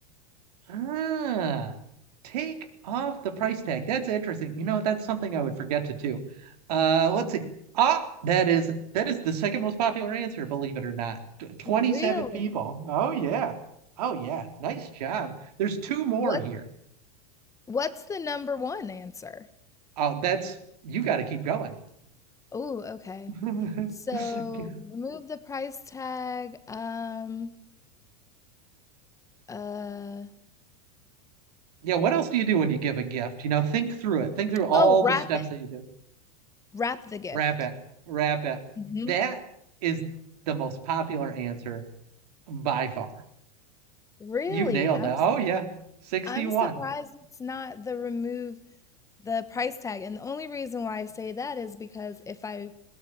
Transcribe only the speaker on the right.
Ah, take off the price tag. That's interesting. You know, that's something I would forget to do. Uh, let's see. Ah, that is that is the second most popular answer, believe it or not. T- 27
people. Oh yeah. Oh yeah. Nice job. There's two more
here.
Oh, that's you got to keep going.
<laughs>
Yeah, what else do you do when you give a gift? You know, think through it. Think through all
the steps
that you do.
Wrap it. Wrap it.
That is the most popular answer by far.
You nailed
it.
Oh yeah, 61.